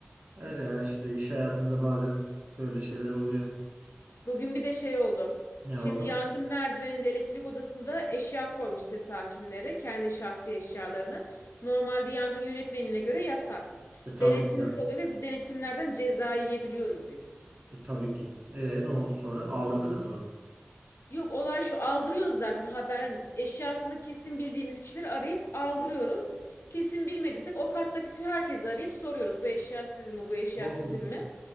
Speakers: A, on the right (about 45°); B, on the left (about 70°).
A: Öyle ya işte iş hayatında bazen böyle şeyler oluyor.
B: Bugün bir de şey oldu.
A: Ne
B: Şimdi
A: oldu?
B: yangın merdiveninde elektrik odasında eşya koymuş site sakinleri. Kendi şahsi eşyalarını. Normalde yangın yönetmenine göre yasak.
A: E tabii
B: Denetimler
A: ki canım.
B: oluyor ve bu denetimlerden ceza yiyebiliyoruz biz.
A: E, tabii ki. E, ne oldu sonra? Aldırdınız mı?
B: Yok olay şu aldırıyoruz zaten haber hani eşyasını kesin bildiğimiz kişileri arayıp aldırıyoruz. Kesin bilmediysek o kattaki tüm herkesi arayıp soruyoruz bu eşya sizin mi bu eşya
A: Oo.
B: sizin mi?